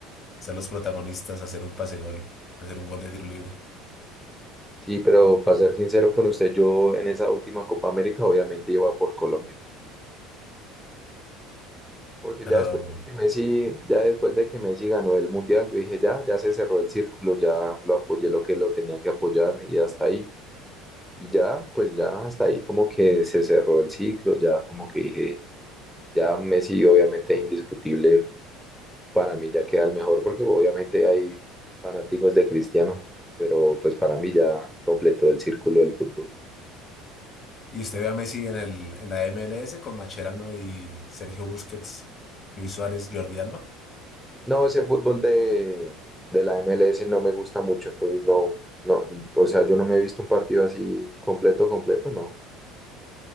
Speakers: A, on the left; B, in the centre.
A: ser los protagonistas, hacer un pase gol, hacer un gol de tiro libre.
B: Sí, pero para ser sincero con usted, yo en esa última Copa América obviamente iba por Colombia, porque
A: Pero...
B: ya después de que Messi, ya después de que Messi ganó el Mundial, yo dije, ya, ya se cerró el círculo, ya lo apoyé lo que lo tenía que apoyar y hasta ahí. Y ya, pues ya hasta ahí como que se cerró el ciclo, ya como que dije Ya Messi, obviamente, indiscutible para mí, ya queda el mejor, porque obviamente hay fanáticos de Cristiano, pero pues para mí ya completó el círculo del fútbol.
A: Y usted ve a Messi en el, en la MLS con Macherano y Sergio Busquets, Luis Suárez, Jordi Alba.
B: No, ese fútbol de, de la MLS no me gusta mucho, entonces no, no, o sea, yo no me he visto un partido así completo, completo, no.